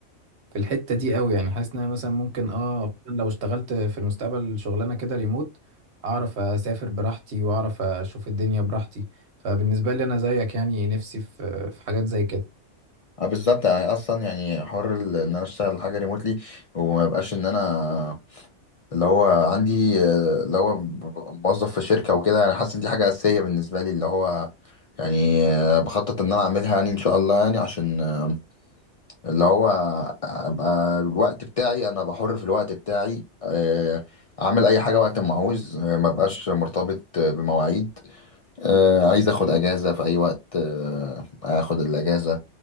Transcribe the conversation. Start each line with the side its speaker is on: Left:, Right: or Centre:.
Right: في الحتة دي قوي يعني حاسس ان انا مثلا ممكن اه فعلاً لو اشتغلت في المستقبل شغلانة كده ريموت اعرف اسافر براحتي واعرف اشوف الدنيا براحتي فبالنسبة لي انا زيك يعني نفسي في في حاجات زي كده
Left: اه بالظبط يعني اصلا يعني حر ال- ان انا اشتغل حاجه ريموتلي وما يبقاش ان انا اللي هو عندي آه، اللي هو ببقى موظف في شركه وكده انا حاسس ان دي حاجه اساسيه بالنسبه لي اللي هو يعني آه، بخطط ان انا اعملها يعني ان شاء الله يعني عشان آه، اللي هو ابقى الوقت بتاعي انا بحر في الوقت بتاعي آه، اعمل اي حاجه وقت ما عاوز آه، ما بقاش مرتبط آه، بمواعيد آه، عايز اخد اجازه في اي وقت آه، اخد الاجازه